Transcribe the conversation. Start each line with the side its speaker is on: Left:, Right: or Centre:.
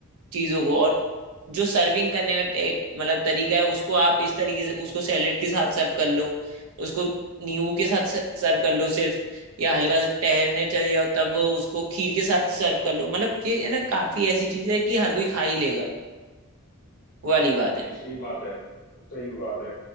Right: चीजों को और जो सर्विंग करने का टे- मतलब तरीका है उसको आप इस तरीके से उसको सैलेड के साथ सर्व कर लो उसको नींबू के साथ सर्व कर लो सिर्फ या हल्का सा टहलने चले जाओ तब उसको खीर के साथ सर्व कर लो मतलब ये है ना काफी ऐसी चीज है कि हर कोई खा ही लेगा वो वाली बात
Left: नहीं
Right: है
Left: सही बात है सही बात है